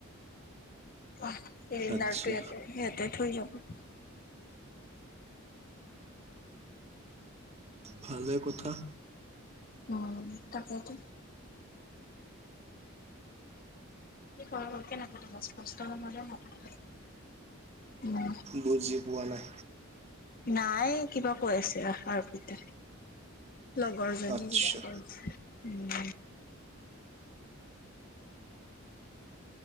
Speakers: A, on the left (about 45°); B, on the right (about 30°).
A: অ' চিলিণ্ডাৰটো‌
B: আচ্ছা
A: ইয়াতে ইয়াতে থৈ যাব। <inaudible>
B: ভালে কথা।
A: উম তাকেইতো। সি সৰু সৰু কৰে নাথাকে স্পষ্ট ৰুমতে ভাত খালে।
B: বুজি পোৱা নাই।
A: নাই কিবা কৈ আছে আৰপিতে। লগৰজনী
B: আচ্ছা
A: কিবা কয়। উম।